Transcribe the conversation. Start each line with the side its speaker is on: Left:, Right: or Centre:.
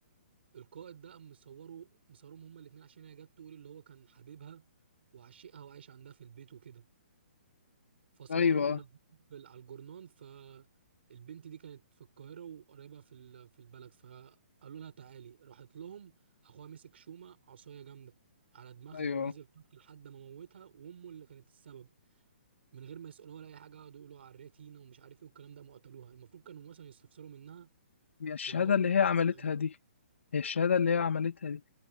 Right: القائد ده قام مصوره مصورهم هما الاتنين عشان هي جت تقول اللي هو كان حبيبها وعشقها وعايش عندها في البيت وكده فصورهم
Left: أيوه
Right: ونزلهم في ال- على الجورنان فالبنت دي كانت في القاهرة وقريبة في ال- في البلد فقالوا لها تعالي راحت لهم اخوها مسك شومة عصاية جامدة على دماغها
Left: أيوه
Right: ونزل طق لحد ما موتها وامه اللي كانت السبب من غير ما يسألوها ولا اي حاجة قعدوا يقولوا عريتينا ومش عارف ايه والكلام ده ما قتلوها المفروض كانوا مثلا يستفسروا منها
Left: هي الشهادة
Right: ولا هو
Left: اللي
Right: دي اللي
Left: هي
Right: كانت
Left: عملتها
Right: بتساعدهم؟
Left: دي هي الشهادة اللي هي عملتها دي